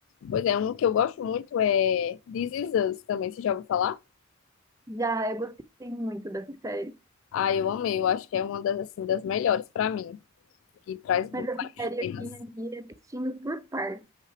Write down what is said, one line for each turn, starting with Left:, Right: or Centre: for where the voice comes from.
Left: Pois é, um que eu gosto muito é This Is Us também, você já ouviu falar?
Right: Já eu gostei muito dessa série.
Left: Ah, eu amei, eu acho que é uma das, assim, das melhores para mim, que traz vários
Right: A série
Left: temas.
Right: eu tinha aqui é assistindo por partes,